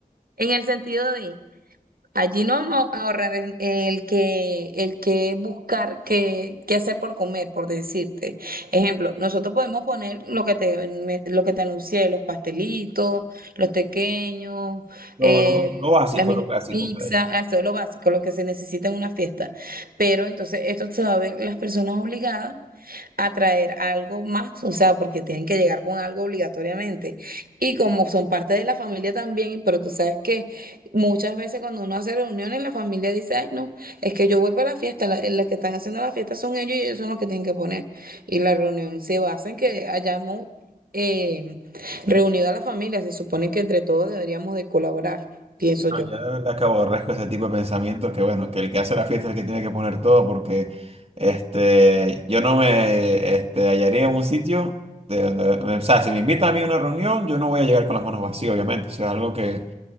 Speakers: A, on the right (about 75°); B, on the right (about 40°).
A: en el sentido de. Allí no vamos a ahorrar el el que, el que buscar qué, qué hacer por comer, por decirte. Ejemplo, nosotros podemos poner lo que te, me- lo que te anuncié, los pastelitos, los pequeños,
B: Lo,
A: eh,
B: lo, lo básico,
A: las mini
B: lo clásico.
A: pizzas, ah, eso es lo básico, lo que se necesita en una fiesta. Pero entonces esto se va a ver las personas obligadas a traer algo más, o sea, porque tienen que llegar con algo obligatoriamente. Y como son parte de la familia también, pero tú sabes que muchas veces cuando uno hace reuniones, la familia dice, ay, no, es que yo voy para la fiesta, la, la que están haciendo la fiesta son ellos y ellos son los que tienen que poner. Y la reunión se basa en que hayamos eh, reunido a la familia, se supone que entre todos deberíamos de colaborar, pienso
B: No,
A: yo.
B: yo de verdad que aborrezco ese tipo de pensamientos que bueno, que el que hace la fiesta es el que tiene que poner todo porque este, yo no me este, hallaría en un sitio de donde, o sea, si me invitan a mí a una reunión, yo no voy a llegar con las manos vacías, obviamente, eso es algo que,